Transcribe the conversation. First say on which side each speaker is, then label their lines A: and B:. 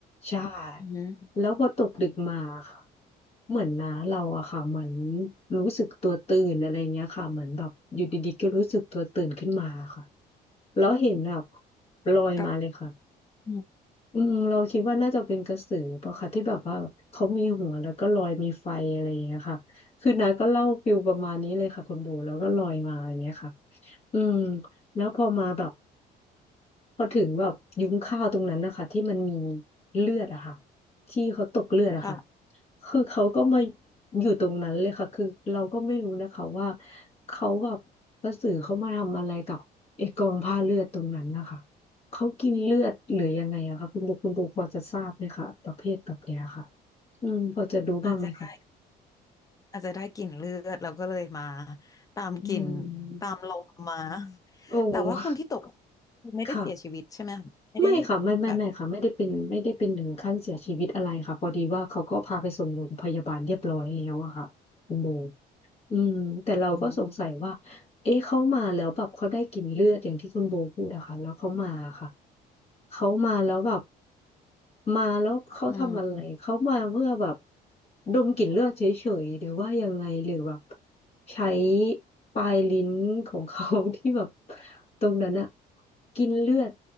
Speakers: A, on the left; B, on the left.
A: ใช่
B: อืม
A: แล้วพอตกดึกมาค่ะเหมือนนะเราอะค่ะเหมือนรู้สึกตัวตื่นอะไรเงี้ยค่ะเหมือนแบบอยู่ดีๆก็รู้สึกตัวตื่นขึ้นมาค่ะ แล้วเห็นแบบลอยมาเลยค่ะ
B: ก็อืม
A: อืมเราคิดว่าน่าจะเป็นกระสือปะคะที่แบบว่าเขามีหัวแล้วก็ลอยมีไฟอะไรอย่างเงี้ยค่ะ คือน้าก็เล่าฟิลประมาณนี้เลยค่ะคุณโบแล้วก็ลอยมาอย่างเงี้ยค่ะอืมแล้วพอมาแบบ พอถึงแบบยุ้งข้าวตรงนั้นนะคะที่มันมีเลือดอะค่ะที่เขาตกเลือดอะค่ะ
B: ค่ะ
A: คือเขาก็มาอยู่ตรงนั้นเลยค่ะคือเราก็ไม่รู้นะคะว่าเขาแบบกระสือเขามาทำอะไรกับไอ้กองผ้าเลือดตรงนั้นนะคะเขากินเลือดหรือยังไงอะคะคุณโบคุณโบพอจะทราบไหมคะประเภทแบบเนี้ยค่ะอืมพอจะรู้บ้างไหมคะ
B: อาจจะได้ อาจจะได้กลิ่นเลือดเราก็เลยมาตามกลิ่น
A: อืม
B: ตามลมมา
A: โอ้ <laughs>
B: แต่ว่าคนที่ตกคือไม่ได้เสียชีวิตใช่ไหมคะไม่ได้
A: ค่ะ ไม่ค่ะไม่ไม่ไม่ค่ะไม่ได้เป็นไม่ได้เป็นถึงขั้นเสียชีวิตอะไรค่ะพอดีว่าเขาก็พาไปส่งโรงพยาบาลเรียบร้อยแล้วอะค่ะคุณโบ
B: แบบ
A: อืมแต่เราก็สงสัยว่า
B: อืม
A: เอ๊ะเขามาแล้วแบบเขาได้กลิ่นเลือดอย่างที่คุณโบพูดอะค่ะแล้วเขามาค่ะเขามาแล้วแบบมาแล้วเขาทำอะไรเขามาเพื่อแบบ
B: อืม
A: ดมกลิ่นเลือดเฉยๆหรือว่ายังไงหรือแบบใช้ปลายลิ้นของเขา <laughs> ที่แบบตรงนั้นอะกินเลือด